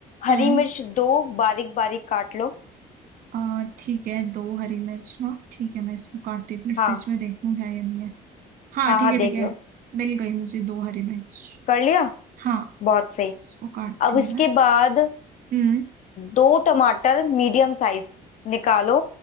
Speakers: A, on the left (about 45°); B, on the right (about 55°).
A: हरी
B: हम्म
A: मिर्च दो बारीक बारीक काट लो
B: और ठीक है दो हरी मिर्च ना ठीक है मैं इसको काटती हूँ, अपने फ्रिज
A: हाँ
B: में देखूँ है या नहीं है हाँ
A: हाँ
B: ठीक
A: हाँ
B: है
A: देख
B: ठीक है
A: लो
B: मिल गई मुझे दो हरी मिर्च
A: कर लिया
B: हाँ
A: बहुत सही
B: इसको काटती
A: अब
B: हूँ
A: इसके
B: मैं
A: बाद
B: हम्म
A: दो टमाटर मीडियम साइज निकालो